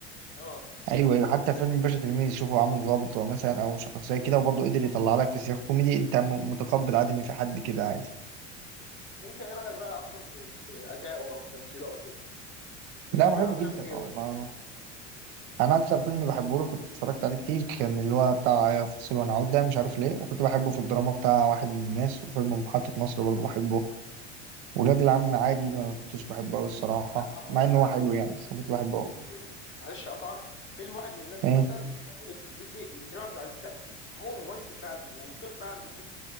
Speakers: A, on the left; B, on the right.
A: اه
B: ايوه ايوه حتى فيلم باشا تلميذ شوفه عامل ظابط هو مثلا او شخصيه كده وبرضه قدر يطلع لك في سياق كوميدي انت م- متقبل عادي ان في حد كده عادي
A: انت ايه رايك بقى اصلا في في ادائه او تمثيله او كده بتحب
B: لا بحبه
A: له افلام
B: جدا
A: ايه
B: اه
A: ولا
B: ما انا اكتر فيلم بحبه له كنت اتفرجت عليه كتير كان اللي هو بتاع فاصل ونعود ده مش عارف ليه وكنت بحبه في الدراما بتاع واحد من الناس وفيلم محطة مصر برضه بحبه ولاد العم عادي ما كنتش بحبه قوي الصراحه
A: ما اهو
B: مع
A: مثلا
B: ان هو حلو
A: فيلم
B: يعني بس كنت بحبه
A: آه،
B: أوي.
A: فيلم معلش اقطعك فيلم واحد من الناس ده
B: ايه
A: مثلا من الحاجات اللي بتثبت لي ان كريم عبد العزيز ده هو ممثل فعلا يعني سيبك بقى من ايه